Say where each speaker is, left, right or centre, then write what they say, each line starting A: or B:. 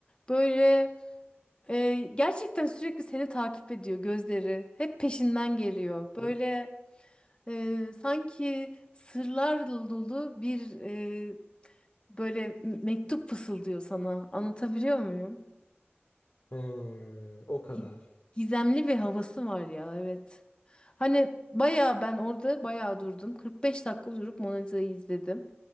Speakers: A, on the left; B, on the left.
A: Böyle e, gerçekten sürekli seni takip ediyor gözleri hep peşinden geliyor. Böyle
B: hı.
A: e, sanki sırlar dolu bir e, böyle mektup fısıldıyor sana anlatabiliyor muyum?
B: Hı. O kadar.
A: gi- gizemli bir havası var ya evet. Hani bayağı ben orada bayağı durdum. 45 dakika durup Mona Lisa'yı izledim.